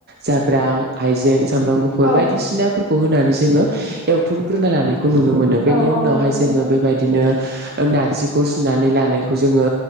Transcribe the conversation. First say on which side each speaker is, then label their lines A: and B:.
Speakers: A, on the right (about 45°); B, on the right (about 80°).
A: जाब्रां हाइजें सामब्राम गुफुर
B: औ
A: बायदिसिनाफोरखौ होनानै जोङो एवथुमग्रोना लानायखौ नुनो मोनो
B: औ
A: बेनि
B: औ
A: उनावहाय
B: नंगौ नोंथां
A: जोङो बेबायदिनो ओ नारजिखौ सुनानै लानायखौ जोङो